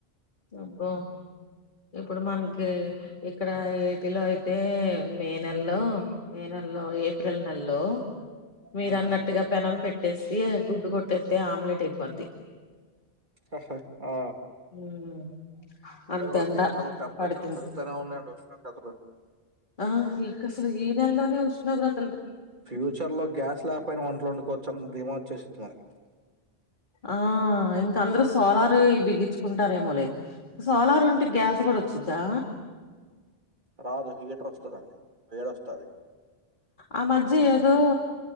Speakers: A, on the left; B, on the right.
A: అబ్బో ఇప్పుడు మనకి ఇక్కడ ఏపీలో అయితే మే నెలలో మే నెలలో ఏప్రిల్ నెలలో మీరు
B: హ్మ్.
A: అన్నట్టుగా పెనం పెటి కొట్టేస్త గుడ్డు కొట్టేస్తే ఆమ్లెట్ అయిపోద్ది
B: అహ ఆ
A: హ్మ్.
B: అంటే
A: అంత
B: కొద్ది
A: ఎండ
B: ఎండలు టెంపరేచర్
A: పడుతుంది
B: పెరుగుతనే ఉన్నాయండి వస్తున తగ్గుతలే
A: ఆ ఈ కసలు ఈ నెలలోనే ఉష్ణోగ్రత
B: ఫ్యూచర్లో గ్యాస్ పోయిన వంటలు వండుకోవచ్చని భీమా వచ్చేసింది మనకి
A: ఆ ఇంక అందరు సోలారు బిగించుకుంటారేమోలే సోలార్ ఉం టే గ్యాస్ కూడా వచ్చిద్దా
B: రాదు హీటర్ వస్తదండి. వేడొస్తది.
A: ఆ మధ్య ఏదో